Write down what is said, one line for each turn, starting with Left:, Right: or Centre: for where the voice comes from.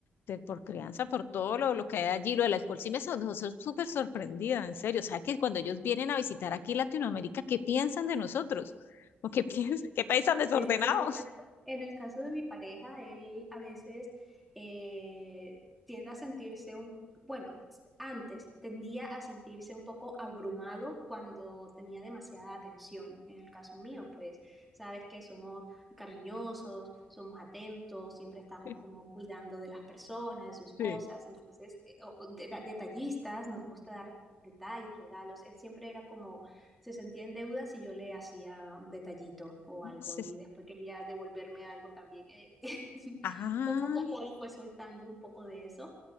Left: De- por crianza, por todo lo, lo que hay allí, lo del alcohol, sí me son, soy súper sorprendida, en serio. O sea, que cuando ellos vienen a visitar aquí Latinoamérica, ¿qué piensan de nosotros? ¿O qué <laughs> piensan? ¿Qué país tan desordenado?
Centre: Mira, en el caso, en el caso de mi pareja, él a veces eh, tiende a sentirse un, bueno, antes tendía a sentirse un poco abrumado cuando tenía demasiada atención. En el caso mío, pues sabes que somos cariñosos, somos atentos, siempre estamos
Left: <laughs>
Centre: como cuidando de las personas, de sus cosas,
Left: Sí.
Centre: entonces, eh, o- o de- detallistas, nos gusta dar detalles, regalos. Él siempre era como se sentía en deuda si yo le hacía un detallito o
Left: Entonces,
Centre: algo y después quería devolverme algo también. Eh, <laughs>
Left: Ah,
Centre: poco a poco él fue soltando un poco de eso